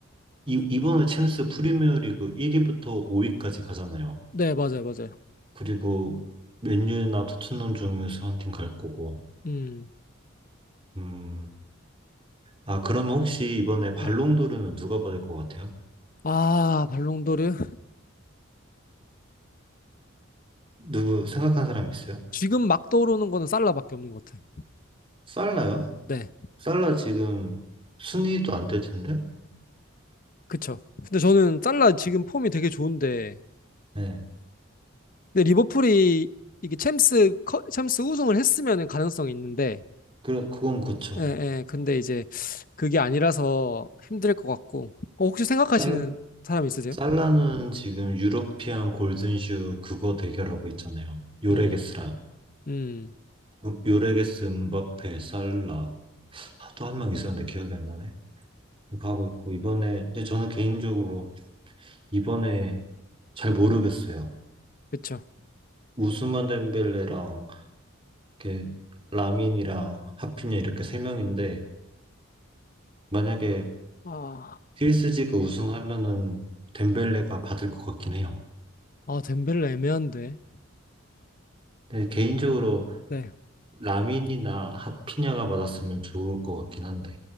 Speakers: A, on the right; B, on the left.
A: 이, 이번에 챔스 프리미어 리그 1위부터 5위까지 가잖아요.
B: 네, 맞아요, 맞아요.
A: 그리고 맨유나 토트넘 중에서 한 팀 갈 거고.
B: 음.
A: 음, 아, 그러면 혹시 이번에 발롱도르는
B: 네.
A: 누가 받을 것 같아요?
B: 아, 발롱도르.
A: 누구 생각한 사람 있어요?
B: 지금 막 떠오르는 거는 살라밖에 없는 것 같아요.
A: 살라요?
B: 네.
A: 살라 지금 순위도 안 될 텐데?
B: 그쵸. 근데 저는 살라 지금 폼이 되게 좋은데,
A: 네.
B: 근데 리버풀이 이게 챔스, 커- 챔스 우승을 했으면 가능성이 있는데,
A: 그래, 그건 그쵸.
B: 예, 예. 근데 이제 그게 아니라서 힘들 것 같고, 어, 혹시 생각하시는
A: 살,
B: 사람 있으세요?
A: 살라는 지금 유러피안 골든슈 그거 대결하고 있잖아요. 요레게스랑.
B: 음. 음.
A: 음, 요레게스, 음바페, 살라. 또 한 명 있었는데 기억이 안 나네. 이거 하고 있고, 이번에, 근데 저는 개인적으로 이번에 잘 모르겠어요.
B: 그쵸.
A: 우스만 덴벨레랑 이렇게 라민이랑 하피냐 이렇게 세 명인데 만약에
B: 아,
A: PSG가 우승하면은 덴벨레가 받을 것 같긴 해요.
B: 아, 덴벨레 애매한데.
A: 근데 개인적으로
B: 네.
A: 라민이나 하피냐가 받았으면 좋을 것 같긴 한데